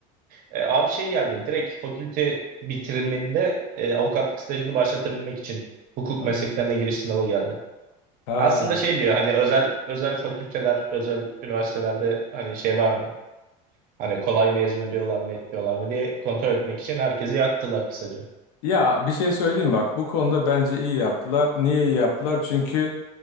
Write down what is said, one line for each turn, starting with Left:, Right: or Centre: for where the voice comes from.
Right: E, abi şey geldi direkt fakülte bitiriminde e, avukatlık stajını başlatabilmek için hukuk
Left: Ha.
Right: mesleklerine giriş sınavı geldi.
Left: Ha.
Right: Aslında şey diyor hani özel özel fakülteler, özel üniversitelerde hani şey var mı? Hani kolay mezun ediyorlar mı etmiyorlar mı diye kontrol etmek için herkesi yaktılar kısaca.
Left: Ya bir şey söyleyeyim bak bu konuda bence iyi yaptılar. Niye iyi yaptılar? Çünkü